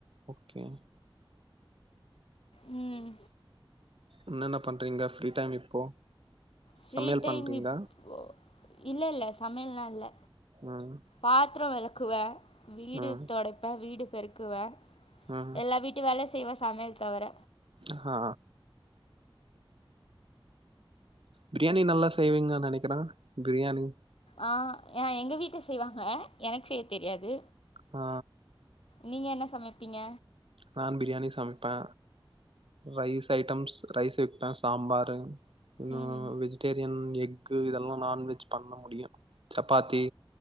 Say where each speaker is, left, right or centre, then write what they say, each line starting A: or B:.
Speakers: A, on the right; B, on the left.
A: ஓகே
B: ம்
A: என்னென்ன பண்றீங்க ஃப்ரீ டைம் இப்போ
B: ஃப்ரீ
A: சமையல்
B: டைம்
A: பண்றீங்க
B: இப்போ இல்ல இல்ல சமையல்லா இல்ல
A: ம்
B: பாத்திரோ வெளக்குவே வீடு
A: ம்
B: தொடைப்பே வீடு பெருக்குவே
A: ம்
B: எல்லா வீட் வீட்டு வேலயு செய்வே சமையல் தவிர
A: ஆ பிரியாணி நல்லா செய்வீங்க நெனைக்கிறே பிரியாணி
B: ஆ ஏ எங்க வீட்ல செய்வாங்க எனக்கு செய்ய தெரியாது
A: ஆ
B: நீங்க என்ன சமைப்பீங்க
A: நான் பிரியாணி சமைப்பே ரைஸ் ஐட்டம்ஸ் ரைஸ் வெப்பே சாம்பாரு இன்னு
B: ம்
A: வெஜிடேரியன் எக்கு இதெல்லா நான்வெஜ் பண்ண முடியு சப்பாத்தி